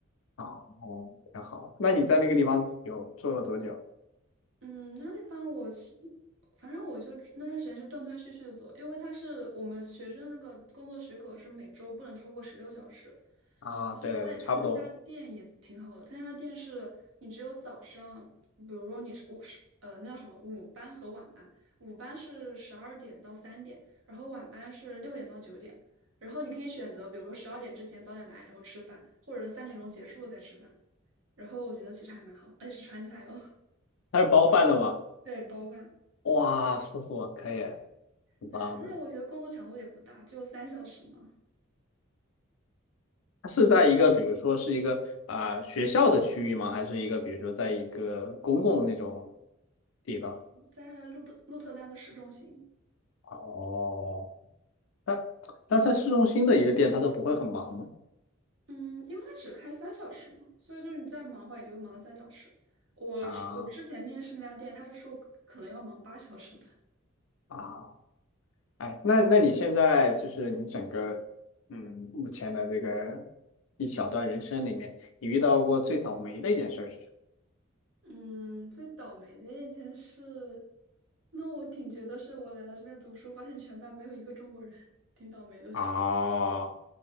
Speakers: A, on the left; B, on the right.
A: 哦，挺好。那你在那个地方有做了多久？
B: 嗯，那地方我是，反正我就那段时间是断断续续的做，因为他是我们学生那个工作许可是每周不能超过十六小时，
A: 啊，
B: 然后而且他们家店也挺好的，
A: 对对对，差不多
B: 他家店是你只有早上，比如说你是午是呃那叫什么午班和晚班，午班是十二点到三点，然后晚班是六点到九点，然后你可以选择比如说十二点之前早点来，然后吃饭，或者是三点钟结束再吃饭，然后我觉得其实还蛮好，而且是川菜哦，
A: 它是包饭的吗？
B: <laughs> 对，包饭。
A: 哇，舒服，可以，很棒的。
B: 对，而且我觉得工作强度也不大，就有三小时嘛，
A: 它是在一个，比如说是一个啊、学校的区域吗？还是一个，比如说在一个公共那种地方？
B: 在鹿特鹿特丹的市中心。
A: 哦，但但在市中心的一个店，它都不会很忙吗？
B: 嗯，因为它只开三小时嘛，所以就是你再忙的话，也就忙了三小时。我是我之前面试那家店，
A: 啊
B: 他是说可可能要忙八小时的。
A: 啊，哎，那那你现在就是你整个嗯目前的这个一小段人生里面，你遇到过最倒霉的一件事是什
B: <laughs> 嗯，最倒霉的一件事，那我挺觉得是我来到这边读书，发现全班没有一个中国人，挺倒霉的。
A: 么？啊，